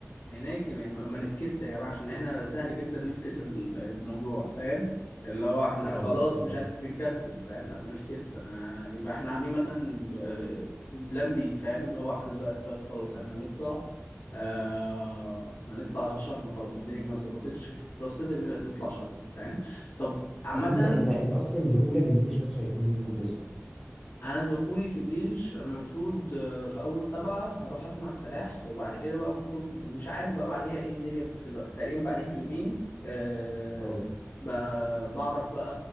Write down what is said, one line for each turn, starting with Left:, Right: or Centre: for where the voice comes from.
Left: هناك يعني ما ما نفكسش يا جماعه عشان احنا سهل جدا نفكس ال- الموضوع فاهم اللي هو احنا
Centre: اه اه
Left: خلاص
Centre: آه، فاهم
Left: مش عارف بنكسل فاهم لا ما نفكس انا يبقى احنا عاملين مثلا آه، بلان بي فاهم اللي هو احنا دلوقتي طيب خلاص احنا هنطلع آه هنطلع شرم خلاص الدنيا ما ظبطتش في راس سدر نطلع شرم فاهم طب عامة
Centre: طب انت انت انت اصلا دخولك الجيش نفسه هيكون يوم كام بالظبط
Left: انا دخولي في الجيش المفروض آه، في اول سبعة هروح اسمع السلاح وبعد كده بقى المفروض مش عارف بقى بعديها ايه الدنيا بتبقى تقريبا بعديها بيومين أه
Centre: اه
Left: ب- بعرف بقى